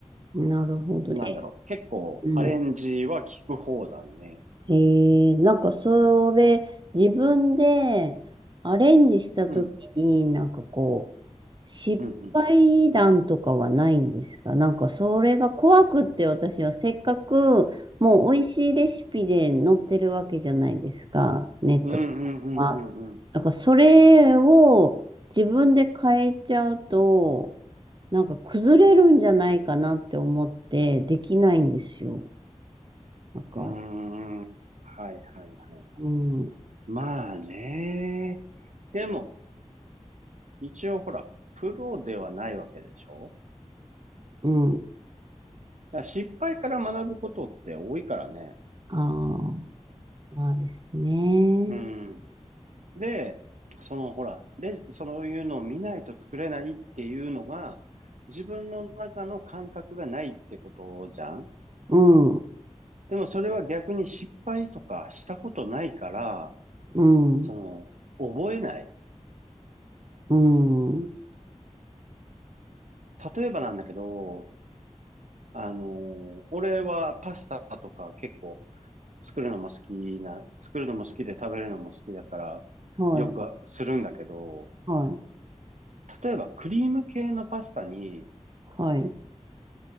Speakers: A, on the right; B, on the right.
A: なるほど。
B: なんだろう、
A: え、
B: 結構アレンジは効く方だね。
A: うん。へえ、なんかそれ、自分でアレンジしたときに、
B: うん、
A: なんかこう、失敗談とかはないんですかなんかそれが怖くって私はせっかく、
B: うん、うん。
A: もう美味しいレシピで載ってるわけじゃないですか、ネットとかは。
B: うんうんうんうんう
A: なんかそれを自分で変えちゃうと、なんか崩れるんじゃないかなって思ってできないんですよ。なんか、
B: ん。うーん。はいはいはい。
A: うん。
B: まあね。でも、一応ほら、プロではないわけでしょ
A: うん。
B: だから失敗から学ぶことって多いからね。
A: ああ、まあですね。
B: うん。で、そのほら、レジ、そういうのを見ないと作れないっていうのが、自分の中の感覚がないってことじゃん
A: うん、
B: でもそれは逆に失敗とかしたことないから、
A: うん、
B: その、覚えない。
A: うん。
B: 例えばなんだけど、あの、俺はパスタとか結構作るのも好きな、作るのも好きで食べるのも好きだから、
A: はい、
B: よくするんだけど、
A: はい、
B: 例えばクリーム系のパスタに、
A: はい。